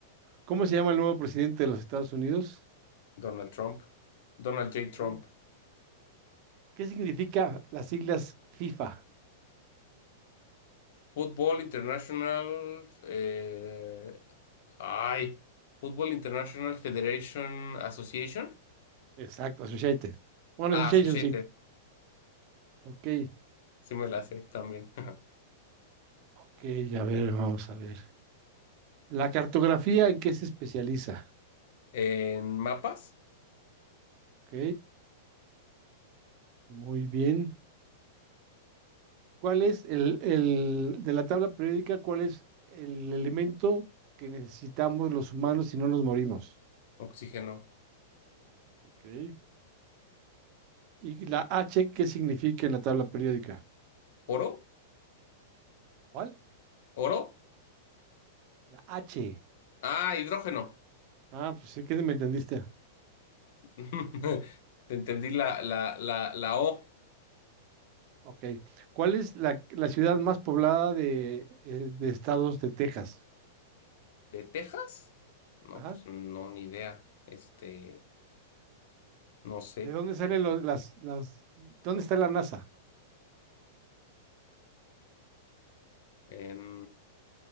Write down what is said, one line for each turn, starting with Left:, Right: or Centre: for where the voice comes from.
Right: ¿Cómo se llama el nuevo presidente de los Estados Unidos?
Left: Donald Trump. Donald
Right: Ok.
Left: J. Trump.
Right: ¿Qué significa las siglas FIFA?
Left: Fútbol International, eh, ay, Fútbol International Federation Association,
Right: Exacto, Associated. Bueno,
Left: ah,
Right: Association,
Left: Associated,
Right: sí. Ok,
Left: sí me la sé también. <laughs>
Right: ok, a ver, vamos a ver. La cartografía, ¿en qué se especializa?
Left: En mapas,
Right: Ok, muy bien. ¿Cuál es el, el de la tabla periódica, cuál es el elemento que necesitamos los humanos si no nos morimos?
Left: oxígeno,
Right: Ok. ¿Y la H qué significa en la tabla periódica?
Left: oro,
Right: ¿Cuál?
Left: oro,
Right: La H.
Left: ah, hidrógeno.
Right: Ah, pues sí que me entendiste.
Left: <laughs> Te entendí la, la, la, la O
Right: Ok. ¿Cuál es la, la ciudad más poblada de, eh, de estados de Texas?
Left: de Texas. No,
Right: Ajá.
Left: pues no, ni idea. Este, no sé.
Right: ¿De dónde salen los, las, las, dónde está la NASA?
Left: En,